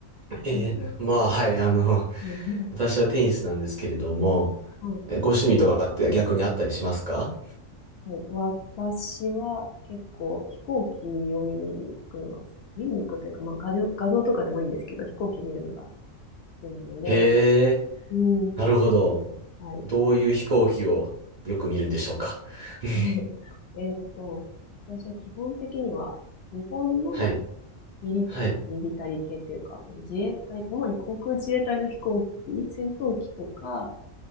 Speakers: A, on the right; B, on the left.
A: えー、
B: 日本、
A: まあ、はい、あの、
B: はい、そうですね。
A: <laughs> 私はテニスなんですけれども、
B: はい。
A: え、ご趣味とかって逆にあったりしますか
B: はい、私は結構飛行機を見に行くのが、見に行くというか、まあ画像、画像とかでもいいんですけど、飛行機見るのが好きなので、
A: へえ、
B: うーん
A: なるほど。
B: と、はい。
A: どういう飛行機をよく見るんでしょうか。<laughs>
B: <laughs> えーっと、私は基本的には日本の
A: はい、
B: ミリ、
A: はい、
B: ミリタリー系というか、自衛隊、主に航空自衛隊の飛行機、戦闘機とか、